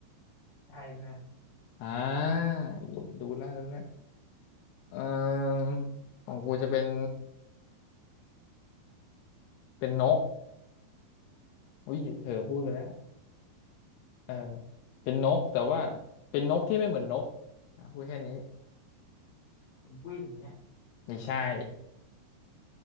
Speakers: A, on the left; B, on the left.
A: ใช่เพื่อน
B: อ่าดูแล้วดูแล้วเออของกูจะเป็นเป็นนกอุ้ยเผลอพูดไปแล้ว เออเป็นนกแต่ว่าเป็นนกที่ไม่เหมือนนกอ่ะพูดแค่นี้
A: เป็นกวินอย่างเงี้ย
B: ไม่ใช่